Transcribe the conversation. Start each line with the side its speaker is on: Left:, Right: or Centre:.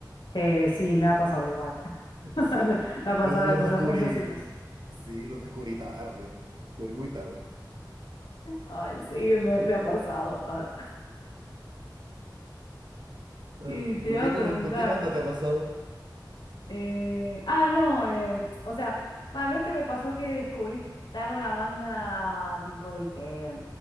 Left: Eh, sí, me ha pasado igual.
Right: <laughs>
Left: <laughs>
Right: Sí,
Left: Me, me ha pasado
Right: los, los
Left: de pasar
Right: descubrí...
Left: por esa situación.
Right: Sí, los descubrí tarde. Los descubrí muy tarde.
Left: Ay, sí, me, me ha pasado. Ah,
Right: Ah,
Left: Y te
Right: ¿por
Left: iba
Right: qué?
Left: a
Right: ¿Con,
Left: preguntar.
Right: con qué banda te ha pasado?
Left: Eh, ah, no, eh, o sea, va, no es que me pasó que descubrí tarde una banda tipo de que,